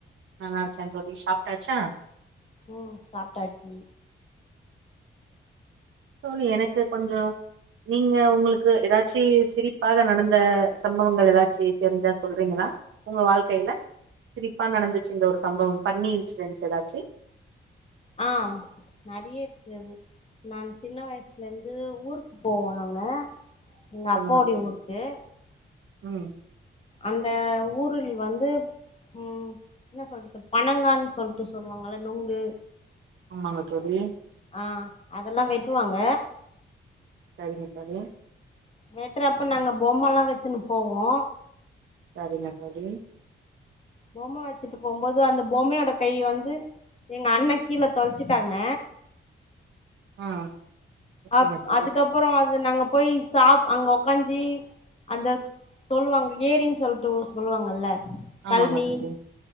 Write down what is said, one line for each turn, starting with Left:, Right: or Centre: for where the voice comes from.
Right: நல்லா இருக்கே தோழி சாப்ட்டாச்சா
Left: ம் சாப்ட்டாச்சு
Right: தோழி எனக்கு கொஞ்சோ நீங்க உங்களுக்கு ஏதாச்சு சிரிப்பாக நடந்த சம்பவங்கள் ஏதாச்சு தெரிஞ்சா சொல்றீங்களா உங்க வாழ்க்கையில சிரிப்பா நடந்துச்சு இந்த ஒரு சம்பவம் ஃபன்னி இன்சிடென்ஸ் ஏதாச்சு
Left: ஆ நெறைய இருக்குது அது நான் சின்ன வயசுல இருந்து ஊருக்கு போவோ நாங்க எங்க
Right: சொல்லுங்க
Left: அப்பாவுடைய
Right: தோழி
Left: ஊருக்கு
Right: ம்
Left: அந்த ஊரில் வந்து ம் என்ன சொல்றது பனங்கான்னு சொல்லிட்டு சொல்லுவாங்கல்ல நுங்கு
Right: ஆமாங்க தோழி
Left: ஆ அதெல்லா வெட்டுவாங்க
Right: செரி மக்களே
Left: வெட்டுறப்ப நாங்க பொம்ம எல்லா வச்சுன்னு போவோ
Right: சரிங்க தோழி
Left: பொம்ம வச்சுட்டு போகும்போது அந்த பொம்மயோட கை வந்து எங்க அண்ண கீழ தொலச்சிட்டாங்க
Right: ஆ ஓகேங்க
Left: அப்
Right: தோழி
Left: அதுக்கப்பறோ அது நாங்க போய் சாப் அங்க உக்காஞ்சி அந்த சொல்லுவாங்க ஏரின்னு சொல்லிட்டு சொல்லுவாங்கல்ல
Right: ஆமாங்க
Left: கல்னி
Right: தோழி